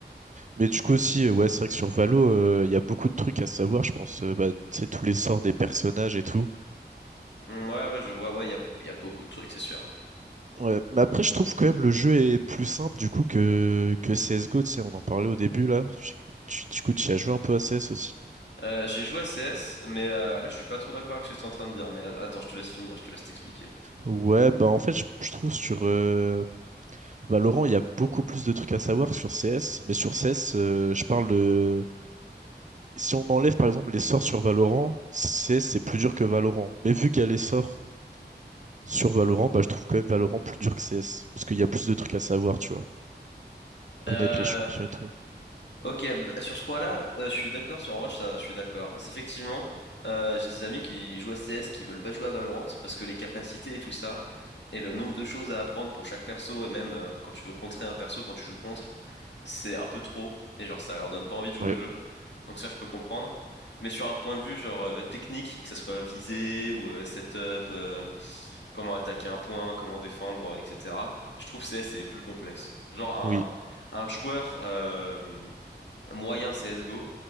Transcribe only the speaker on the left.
Hmm, Ouais, ouais, je vois, ouais, il y a, y a beaucoup de trucs, c'est sûr.
Euh, j'ai joué à CS, mais euh, là, je suis pas trop d'accord avec ce que tu es en train de dire. Mais a- attends, je te laisse finir, je te laisse t'expliquer.
Euh,
Ok, d- sur ce point-là, euh, je suis d'accord, sur en vrai, ça, je suis d'accord. C'est Effectivement, euh, j'ai des amis qui jouent à CS, qui veulent pas jouer à Valorant, parce que les capacités et tout ça, et le nombre de choses à apprendre pour chaque perso, et même euh, quand tu veux contrer un perso, quand tu joues contre, c'est un peu trop, et genre ça leur donne pas envie de jouer
au jeu. Donc ça, je peux comprendre. Mais sur un point de vue genre euh, technique, que ça soit visée ou euh, setup, euh, comment attaquer un point, comment défendre, euh, etc., je trouve CS est plus complexe. Genre un,
un joueur... euh, moyen CSGO